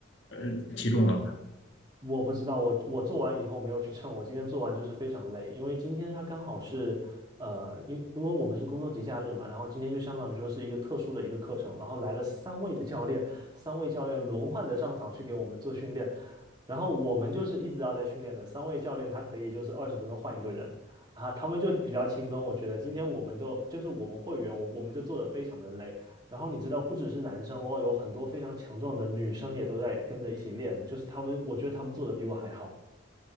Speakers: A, on the left; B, on the right.
A: 呃体重了。
B: 我不知道我我做完以后没有去称，我今天做完就是非常累，因为今天他刚好是呃，因因为我们是公众节假日嘛，然后今天就相当于说是一个特殊的一个课程，然后来了三位的教练，三位教练轮换的上场去给我们做训练，然后我们就是一直要在训练的，三位教练他可以就是二十分钟换一个人。啊，他们就比较轻松，我觉得今天我们都就是我们会员，我我们就做的非常的累，然后你知道，不只是男生哦，有很多非常强壮的女生也都在跟着一起练，就是他们，我觉得他们做的比我还好。